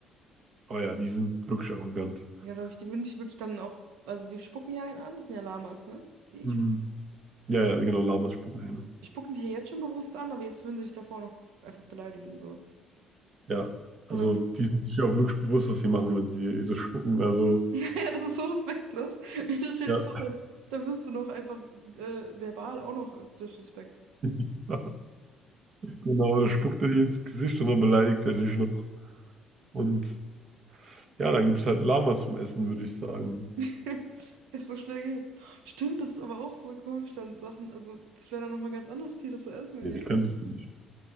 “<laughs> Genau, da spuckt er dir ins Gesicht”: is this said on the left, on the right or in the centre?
Right